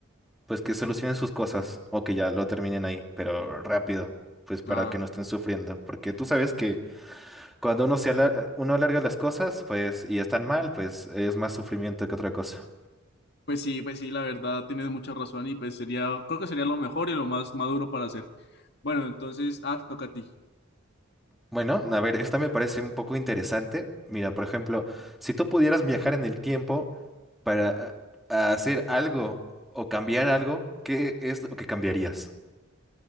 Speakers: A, in the centre; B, on the left.
A: pues que solucionen sus cosas o que ya lo terminen ahí, pero rápido, pues para
B: Ah,
A: que no estén sufriendo. Porque tú sabes que... Cuando uno se alar- eh, uno alarga las cosas, pues, y están mal, pues es más sufrimiento que otra cosa.
B: Pues sí, pues sí, la verdad tienes mucha razón y pues sería, creo que sería lo mejor y lo más maduro para hacer. Bueno, entonces, ah, te toca a ti.
A: Bueno, a ver, esta me parece un poco interesante. Mira, por ejemplo, si tú pudieras viajar en el tiempo para ah, hacer algo o cambiar algo, ¿qué es lo que cambiarías?